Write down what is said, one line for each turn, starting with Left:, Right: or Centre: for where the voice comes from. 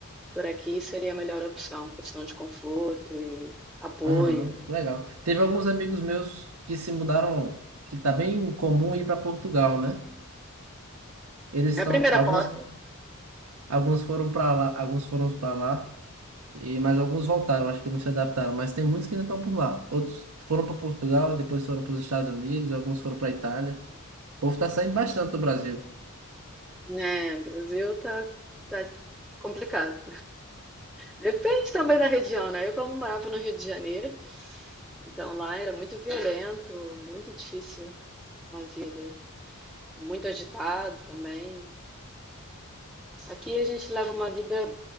Centre: por aqui seria a melhor opção, questão de conforto e apoio.
Right: Aham, Legal. Teve alguns amigos meus que se mudaram, que tá bem comum ir para Portugal, né? Eles estão,
Centre: É a primeira
Right: alguns,
Centre: porta,
Right: alguns foram para lá, alguns foram para lá, e mas alguns voltaram, acho que não se adaptaram. Mas tem muitos que ainda estão por lá. Outros foram para Portugal, depois foram para os Estados Unidos, alguns foram para Itália. O povo tá saindo bastante do Brasil.
Centre: né? Brasil tá, tá complicado. Depende também da região, né? Eu como morava no Rio de Janeiro, então lá era muito violento, muito difícil a vida, muito agitado também. Aqui a gente leva uma vida,